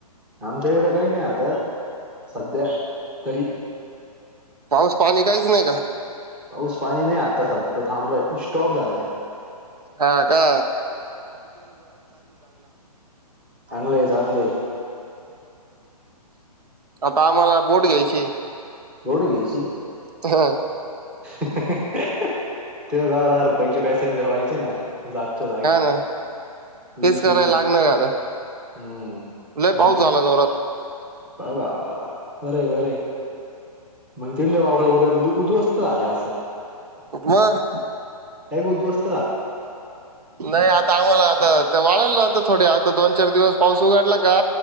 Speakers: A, in the centre; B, on the right.
A: आमच्या इडं काही नाही आता सध्या तरी
B: पाऊस पाणी काहीच नाही का?
A: पाऊस पाणी नाही आता सध्या थांबलाय स्टॉप झालंय.
B: हा का
A: चांगलं आहे, चांगलं आहे
B: आता आम्हाला बोट घ्यायची
A: होड घ्यायची
B: हा
A: ते दहा, दहा रुपयाचे पॅसेंजर व्हायचे ना जागच्या जागी
B: ना तेच
A: वीस
B: कराय
A: वीस
B: लागणार आता
A: हम्म
B: लय पाऊस
A: मग काय
B: झाला जोरात
A: बा बाब वा, वा, वा बरे, बरे मग तिडले वावरे उवरे उद्ध्वस्त झाल्या असल
B: म
A: हेगो दोस्त
B: नाही आता आम्हाला आता वाळायला राहता थोडे आ दोन चार दिवस पाऊस उघडला का